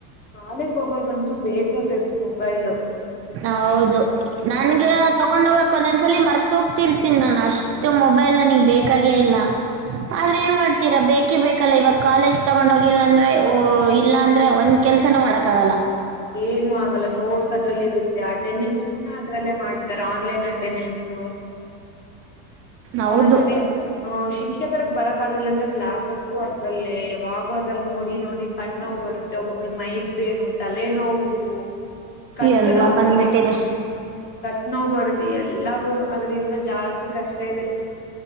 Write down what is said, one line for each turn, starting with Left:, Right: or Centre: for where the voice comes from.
Left: ಕಾಲೇಜ ಹೋಗವರ್ಗಂತೂ ಬೇಕೆ ಬೇಕು ಮೊಬೈಲು.
Right: ಹೌದು ನನ್ಗೆ.
Left: ಅದ್
Right: ತಗೊಂಡ್ ಹೋಗಕ್ ಒಂದೊಂದ್ಸಲಿ ಮರ್ತ ಹೋಗ್ತಿರ್ತೀನಿ ನಾನ್ ಅಷ್ಟು ಮೊಬೈಲ್ ನನಗ್ ಬೇಕಾಗೇ ಇಲ್ಲ. ಆದ್ರೆ ಏನ್ ಮಾಡ್ತೀರಾ ಬೇಕ. ಬೇಕೆ ಬೇಕಲ್ಲ ಇವಾಗ ಕಾಲೇಜ್ ತಗೊಂಡೋಗಿಲ್ಲ ಅಂದ್ರೆ ಇಲ್ಲ ಅಂದ್ರೆ ಒಂದ್ ಕೆಲ್ಸನ ಮಾಡಕ್ಕ ಆಗಲ್ಲ.
Left: ಏನು ಆಗಲ್ಲ ನೋಡ್ಸ ಅದ್ರಲ್ಲಿ ಇರುತ್ತೆ. ಅಟೆಂಡೆನ್ಸ್ ಕೂ ಅದ್ರಲ್ಲೇ ಮಾಡ್ತಾರೆ ಆನ್ಲೈನ್ ಅಟೆಂಡೆನ್ಸ್.
Right: ಹೌದು
Left: ಒಂದೊಂದ್ಸರಿ ಅ ಶಿಕ್ಷಕರ ಬರಕ್ ಆಗ್ಲಿಲ್ಲ ಅಂದ್ರೆ. ಕ್ಲಾಸಸ್ಸು ಅದ್ರಲ್ಲೇ ಯಾವಾಗೂ ಅದ್ರಲ್ಲಿ ನೋಡಿ ನೋಡಿ ಕಣ್ಣ ನೋವ್ ಬರುತ್ತೆ ಒಬ್ಬೊಬ್ರಿಗೆ ಮೈಗ್ರೇನ್. ತಲೆನೋವು ಕತ್ತು
Right: ಎಲ್ಲ
Left: ನೋವು.
Right: ಬಂದ್ಬಿಟ್ಟಿದೆ
Left: ಕತ್ ನೋವ ಬರ್ತೆ ಎಲ್ಲರೂ ಅದ್ರಿಂದ ಜಾಸ್ತಿ ಕಷ್ಟ ಇದೆ.